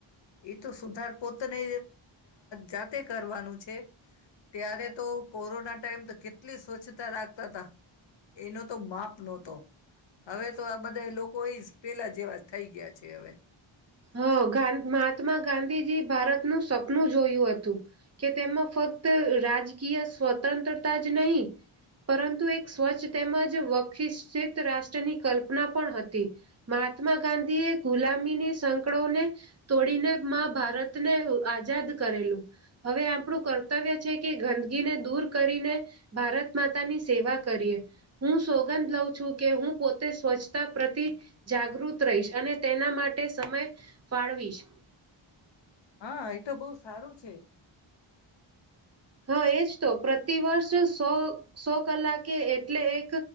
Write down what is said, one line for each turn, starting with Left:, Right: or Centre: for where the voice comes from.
Left: એ તો સુધાર પોતાને જાતે કરવાનું છે. ત્યારે તો કોરોના ટાઈમ તો કેટલી સ્વચ્છતા રાખતા હતા. એનો તો માપ નહોતો. હવે તો આ બધા લોકો એ જ પેલા જેવા થઈ ગયા છે. કે અવે.
Right: હા ગા મહાત્મા ગાંધીજી ભારતનું સપનું જોયું હતું, કે તેમાં ફક્ત રાજકીય સ્વતંત્રતા જ નહી, પરંતુ એક સ્વચ્છ તેમજ વખિસિત રાષ્ટ્રની કલ્પના પણ હતી, મહાત્મા ગાંધી એ ગુલામીની સંક કળોને, તોડીને માં ભારતને આઝાદ કરેલું, હવે આપણું કર્તવ્ય છે કે ગંદગીને દૂર કરીને, ભારત માતાની સેવા કરીએ, હું સોગંદ લઉં છું કે હું પોતે સ્વચ્છતા પ્રતિ, જાગૃત રહીશ અને તેના માટે સમય ફાળવીશ.
Left: હા, એ તો બહ સારું છે.
Right: હા એજ તો, પ્રતિ વર્ષ સો સો કલાકે એટલે એક,